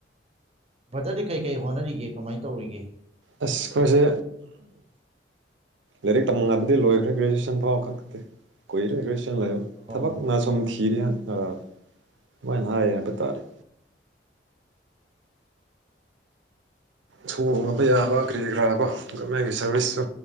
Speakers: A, on the right; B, on the right.
A: ꯕꯔꯗꯔꯗꯤ ꯀꯩ ꯀꯩ ꯍꯣꯠꯅꯔꯤꯒꯦ ꯀꯃꯥꯏꯅ ꯇꯧꯔꯤꯒꯦ
B: ꯑ ꯈꯣꯡꯁꯦ ꯂꯥꯏꯔꯤꯛ ꯇꯝ ꯍꯥꯏꯕꯗꯤ ꯂꯣꯏꯈ꯭ꯔꯦꯒꯦꯖꯨꯌꯦꯁꯟ ꯐꯥꯎꯕ ꯀꯛꯇꯦ ꯀꯨꯏꯔꯦ ꯒꯣꯏꯁꯟ ꯂꯩꯔꯣ
A: ꯑꯣ
B: ꯊꯕꯛꯅ ꯁꯨꯝ ꯊꯤꯔ ꯑꯗꯨꯃꯥꯏꯅ ꯍꯥꯏ ꯍꯥꯏꯕ ꯇꯥꯔꯦ ꯁꯣꯡꯉꯕ ꯌꯥꯕ ꯀ꯭ꯔꯤ ꯈꯔꯥꯕꯣ ꯒꯃꯦꯟꯒꯤ ꯁꯥꯔꯚꯤꯁꯁꯨ